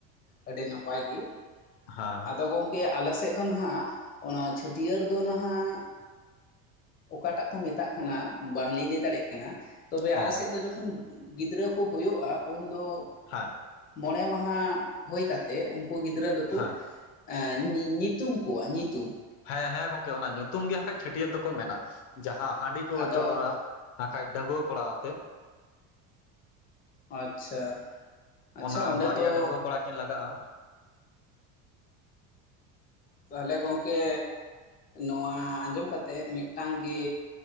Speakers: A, on the left; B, on the left.
A: ᱟᱹᱰᱤ ᱱᱟᱯᱟᱭ ᱜᱮ
B: ᱦᱮᱸ
A: ᱟᱫᱚ ᱜᱚᱝ ᱠᱮ ᱟᱞᱮ ᱥᱮᱫ ᱫᱚ ᱱᱟᱦᱟᱜ ᱚᱱᱟ ᱪᱷᱟᱹᱴᱭᱟᱹᱨ ᱫᱚ ᱱᱟᱦᱟᱜ, ᱚᱠᱟᱴᱟᱜ ᱠᱚ ᱢᱮᱛᱟᱜ ᱠᱟᱱᱟ ᱵᱟᱝᱞᱤᱧ ᱞᱟᱹᱭ ᱫᱟᱲᱮᱜ ᱠᱟᱱᱟ᱾ ᱛᱚᱵᱮ
B: ᱚ
A: ᱟᱞᱮ ᱥᱮᱫ ᱫᱚ ᱡᱚᱠᱷᱚᱱ ᱜᱤᱫᱽᱨᱟᱹ ᱠᱚ ᱦᱩᱭᱩᱜᱼᱟ ᱩᱱ ᱫᱚ,
B: ᱦᱟᱸ᱾
A: ᱢᱚᱬᱮ ᱢᱟᱦᱟ ᱦᱳᱭ ᱠᱟᱛᱮ ᱩᱱᱠᱩ ᱜᱤᱫᱽᱨᱟᱹ ᱫᱩᱠᱚ,
B: ᱦᱮᱸ
A: ᱦᱮᱸ ᱧᱤᱼᱧᱤᱛᱩᱢ ᱠᱚᱣᱟ ᱧᱩᱛᱩᱢ,
B: ᱦᱮᱸ ᱦᱮᱸ ᱜᱚᱝᱠᱮ ᱚᱱᱟ ᱧᱩᱛᱩᱢ ᱜᱮ ᱦᱟᱸᱜ ᱠᱷᱟᱡᱽ ᱪᱷᱟᱹᱴᱭᱟᱹᱨ ᱫᱚᱠᱚ ᱢᱮᱱᱟ᱾ ᱡᱟᱦᱟᱸ ᱦᱟᱺᱰᱤ ᱠᱚ
A: ᱟᱫᱚ
B: ᱪᱚᱰᱚᱨᱟ ᱱᱟᱠᱷᱟᱡ ᱰᱟᱺᱝᱜᱩᱣᱟᱹ ᱠᱚᱲᱟ ᱟᱛᱮ,
A: ᱟᱪᱪᱷᱟ ᱟᱪᱪᱷᱟ
B: ᱚᱱᱟ
A: ᱚᱸᱰᱮ
B: ᱵᱟᱨᱭᱟ
A: ᱫᱚ᱾
B: ᱰᱟᱺᱜᱩᱣᱟᱹ ᱠᱚᱲᱟ ᱠᱤᱱ ᱞᱟᱜᱟᱜᱼᱟ᱾
A: ᱛᱟᱦᱚᱞᱮ ᱜᱚᱝᱠᱮ ᱱᱚᱣᱟ ᱟᱸᱡᱚᱢ ᱠᱟᱛᱮ ᱢᱤᱫᱴᱟᱝ ᱜᱮ,